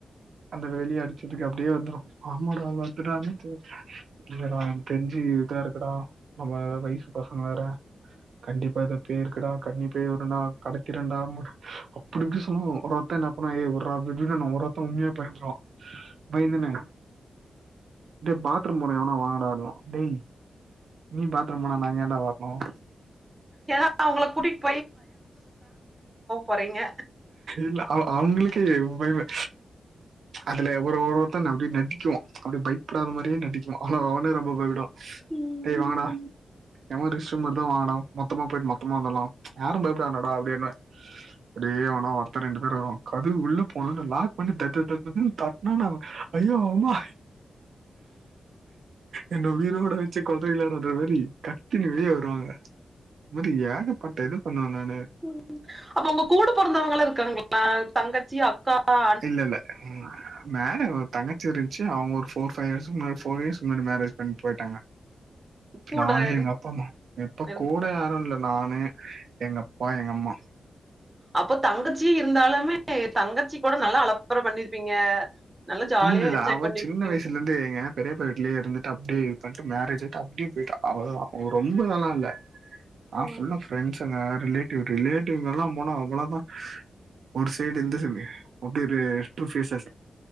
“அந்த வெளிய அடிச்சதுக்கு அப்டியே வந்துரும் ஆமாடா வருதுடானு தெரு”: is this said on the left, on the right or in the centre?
Right